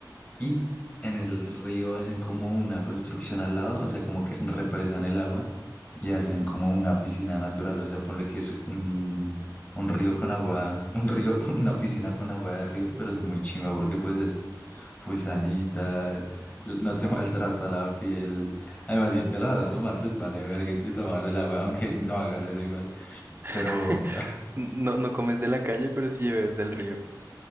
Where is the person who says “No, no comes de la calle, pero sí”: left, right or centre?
Right